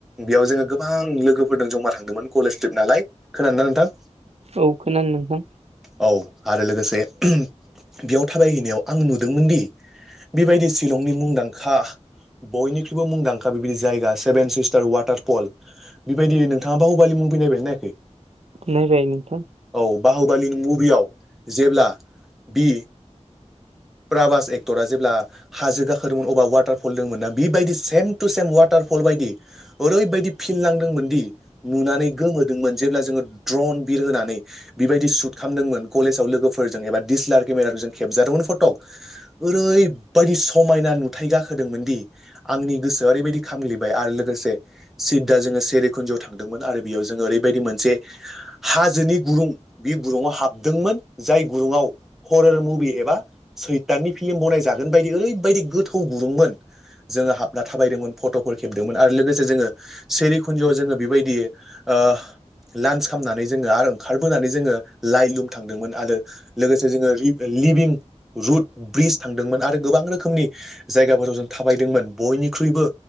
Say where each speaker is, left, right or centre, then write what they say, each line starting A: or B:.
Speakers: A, in the centre; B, on the right.
A: बेयाव जोंङो गोबां लोगोफोरजों जमा थांदोंमोन कलेज ट्रिप नालाय खोनादोंना नोंथां
B: औ खोनानों नोंथां
A: औ आरो लोगोसे बेयाव थाबायहैनायाव आं नुदोंमोन दि बेबायदि शिलंनि मुंदांखा बयनिख्रुइबो मुंदांखा बेबायदि जायगा सेभेन सिस्टार वाटारफल बेबायदिनो नोंथाङा बाहुबालि मुभि नायबायना नायाखै
B: नायबाय नोंथां
A: औ बाहुबालिनि मुभियाव जेब्ला बि प्राभास एक्टरा जेब्ला हाजो गाखोदोंमोन अबा वाटारफल दंमोन ना बेबायदि सेम टु सेम वाटारफल बायदि ओरैबायदि फिलनांदोंमोन दि नुनानै गोमोदोंमोन जेब्ला जोंङो द्रन बिरहोनानै बेबायदि सुट खालामदोंमोन कलेजाव लोगोफोरजों एबा दिडिसलार केमेराफोरजों खेबजादोंमोन फटक ओरैबायदि समायना नुथाय गाखोदोंमोन दि आंनि गोसोआ ओरैबायदि खामग्लिबाय आरो लोगोसे सिदा जोंङो सेरिखुन्जिआव थांदोंमोन आरो बेयाव जोंङो ओरैबायदि मोनसे हाजोनि गुरुं बे गुरुंङआव हाबदोंमोन जाय गुरुंङाव हरर मुभि एबा सैथाननि फिल्म बनायजागोन बायदि ओरैबायदि गोथौ गुरुंमोन जोंङो हाबना थाबायदोंमोन फट'फोर खेबदोंमोन आरो लोगोसे जोंङो। सेरिखुन्जआव जोंङो बेबायदि ओ लान्स खालामनानै जोंङो आरो ओंखारबोनानै जोंङो लाइ लुम थांदोंमोन आरो लोगोसे जोंङो लिभिं रुट ब्रिज थांदोंमोन आरो गोबां रोखोमनि जायगाफोराव जों थाबायदोंमोन बयनिख्रुइबो